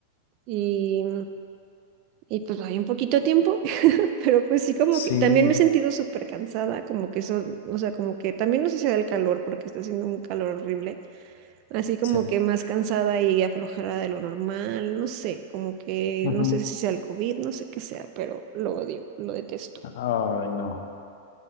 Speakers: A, on the right; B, on the left.
A: y, y pues hay un poquito tiempo. Pero pues sí, como
B: Sí,
A: que también me he sentido súper cansada, como que eso, o sea, como que también no sé si sea del calor, porque está haciendo un calor horrible, así como
B: sí.
A: que más cansada y aflojada de lo normal, no sé, como que
B: ujú.
A: no sé si sea el COVID, no sé qué sea, pero lo odio, lo detesto.
B: Ay, no.